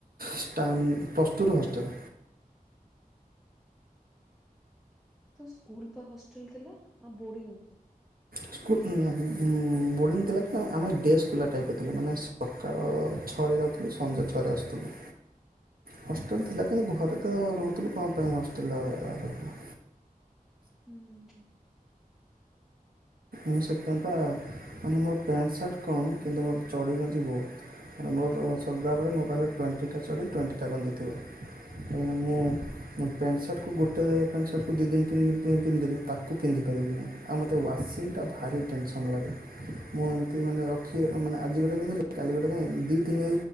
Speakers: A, on the right; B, in the centre.
A: ଷ୍ଟାନ୍- ପ୍ଲସ୍ ଟୁ ରୁ ହଷ୍ଟେଲ୍
B: ତ ସ୍କୁଲ୍ ପା ହଷ୍ଟେଲ୍ ଥିଲା ଆଉ ବୋଡିଙ୍ଗ୍।
A: ସ୍କୁଲ୍ ଉଁ- ବୋର୍ଡିଙ୍ଗ ଥିଲା କି ଆ-ଆମେ ଡେସ୍ ପିଲା ଟାଇପ୍ ର ଥିଲୁ ମାନେ ସକାଳ ଛଅରେ ଯାଉଥିଲୁ ସନ୍ଧ୍ୟା ଛଅରେ ଆସୁଥିଲୁ। ହଷ୍ଟେଲ୍ ଥିଲା କିନ୍ତୁ ଘରେ ତ ରହୁଥିଲୁ କଣ ପାଇଁ ହଷ୍ଟେଲ୍ <unintelligible>
B: ହୁଁ ହୁଁ
A: ମୁଁ ସେଥିପାଇଁ ପା ମାନେ ମୋର ପ୍ୟାଣ୍ଟ୍ ସାର୍ଟ କମ୍ କିନ୍ତୁ ମୋର ଚଡ଼ି ଗଞ୍ଜି ବହୁତ୍। ମାନେ ମୋର ସଦାବେଳେ ମୋ ପାଖରେ ଟ୍ୱେଣ୍ଟି ଟା ଚଡ଼ି ଟ୍ୱେଣ୍ଟି ଟା ଗଞ୍ଜି ଥିବ। କାହିଁକି ନା ମୁଁ ମୁଁ ପ୍ୟାଣ୍ଟ ସାର୍ଟକୁ ଗୋଟେ ପ୍ୟାଣ୍ଟ୍ ସାର୍ଟକୁ ଦୁଇ ଦିନି ତିନିଦିନ୍ ପିନ୍ଧିଦେବି ତାକୁ ପିନ୍ଧିପାରିବିନି ଆଉ ମତେ ୱାସ୍ ଏଇଟା ଭାରି ଟେନସନ୍ ଲାଗେ। ମୁଁ ଏମିତି ମାନେ ରଖି ଆଜି ଗୋଟେ <unintelligible> କାଲି ଗୋଟେ ଦିନି ତିନି